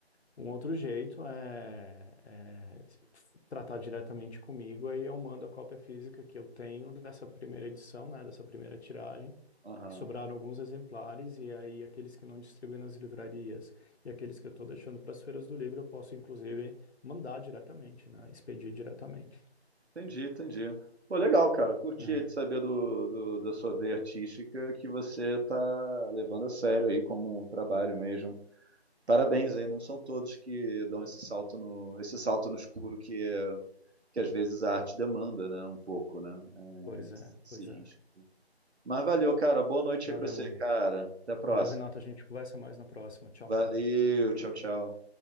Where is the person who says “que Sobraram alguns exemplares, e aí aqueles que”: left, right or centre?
Left